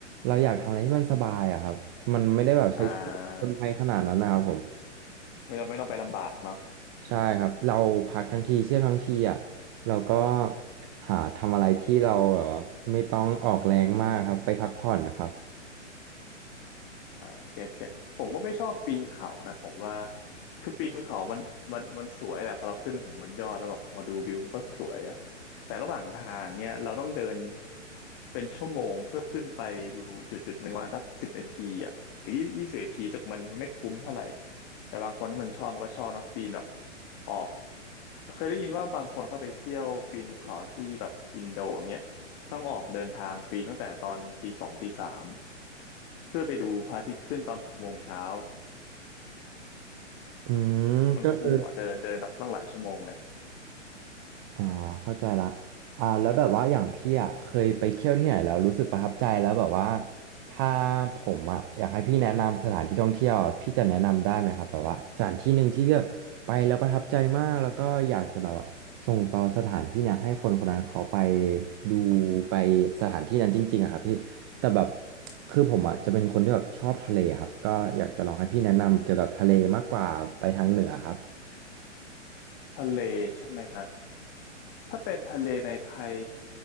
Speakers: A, on the right; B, on the left.
A: เราอยากทำอะไรที่มันสบายอะครับมันไม่ได้แบบใช้ชีวิตเกินไปขนาดนั้นนะครับผม
B: อ่า ไม่ต้องไม่ต้องไปลำบากเนาะ
A: ใช่ครับเราพักทั้งทีเที่ยวทั้งทีอ่ะเราก็หาทำอะไรที่เราแบบว่าไม่ต้องออกแรงมากครับไปพักผ่อนนะครับ
B: อ่าเก็ตเก็ตผมก็ไม่ชอบปีนเขานะผมว่าคือปีนเขามันมันมันสวยแหละพอเราขึ้นไปถึงบนยอดแล้วแบบพอดูวิวมันก็สวยอะแต่ระหว่างทางเนี้ยเราต้องเดินเป็นชั่วโมงเพื่อขึ้นไปดูจุดจุดหนึ่งวันสักสิบนาทีอะหรือยี่สิบนาทีูสึกมันไม่คุ้มเท่าไหร่แต่บางคนถ้ามันชอบมันก็ชอบเนอะปีนแบบออกเคยได้ยินว่าบางคนเข้าไปเที่ยวปีนภูเขาที่แบบอินโดอย่างเงี้ยต้องออกเดินทางปีนตั้งแต่ตอนตีสองตีสาม เพื่อไปดูพระอาทิตย์ขึ้นตอนหกโมงเช้า
A: อืมก็คือ
B: มันคุ้มว่าเดินเดินแบบตั้งหลายชั่วโมงเลย
A: อ่าเข้าใจละอ่าแล้วแบบว่าอย่างพี่อ่ะเคยไปเที่ยวที่ไหนแล้วรู้สึกประทับใจแล้วแบบว่าถ้าผมอ่ะอยากให้พี่แนะนำสถานที่ท่องเที่ยวอะพี่จะแนะนำได้ไหมครับแบบว่าสถานที่หนึ่งที่พี่แบบไปแล้วประทับใจมากแล้วก็อยากจะแบบว่าส่งต่อสถานที่เนี่ยให้คนคนนั้นเขาไปดูไปสถานที่นั้นจริงๆอะครับพี่แต่แบบคือผมอ่ะจะเป็นคนที่แบบชอบทะเลครับก็อยากจะลองให้พี่แนะนำเกี่ยวกับทะเลมากกว่าไปทางเหนือครับ
B: ทะเลใช่ไหมฮะถ้าเป็นทะเลในไทย